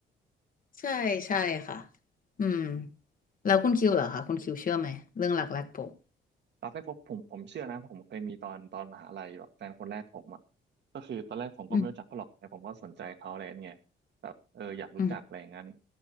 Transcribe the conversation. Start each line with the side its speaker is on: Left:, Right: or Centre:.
Left: ใช่ใช่ค่ะอืมแล้วคุณคิวเหรอคะคุณคิวเชื่อไหมเรื่องรักแรกพบ
Right: รักแรกพบผมผมเชื่อนะผมเคยมีตอนตอนมหาลัยแบบแฟนคนแรกผมอ่ะก็คือตอนแรกผมก็ไม่รู้จักเขาหรอกแต่ผมก็สนใจเขาอะไรเงี้ยแบบเอออยากรู้จักอะไรอย่างนั้น
Left: อืมอืม